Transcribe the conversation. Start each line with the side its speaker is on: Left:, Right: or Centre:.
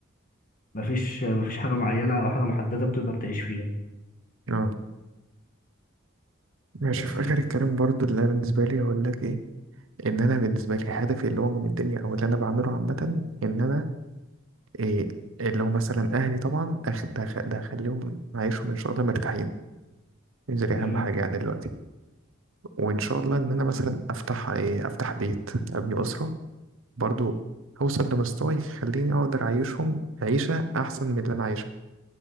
Left: مفيش مفيش حاجه معينه او حاجه محدده بتقدر تعيش فيها
Right: اه ماشي
Left: بس
Right: في اخر
Left: كده
Right: الكلام برضو اللي أنا بالنسبة لي اقول لك ايه ان انا بالنسبه لي هدفي اللي هو من الدنيا او اللي انا بعمله عامه ان انا إيه اللي هو مثلا اهلي طبعا أخ- ده أخ- ده اخليهم عايشهم ان شاء الله مرتاحين دي اهم
Left: مم.
Right: حاجه يعني دلوقتي وان شاء الله ان انا مثلا افتح إيه افتح بيت ابني اسره برضو هوصل لمستوى يخليني اقدر اعيشهم عيشه احسن من اللي انا عايشها